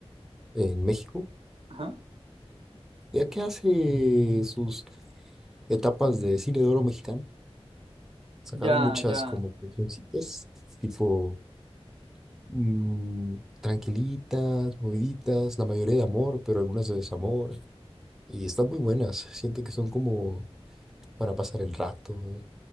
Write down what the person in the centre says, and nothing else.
en México.
Ya que hace sus etapas de cine de oro mexicano, sacaron
muchas
como cancioncitas, tipo mm, tranquilitas, moviditas, la mayoría de amor, pero algunas de desamor. Y están muy buenas. Siento que son como para pasar el rato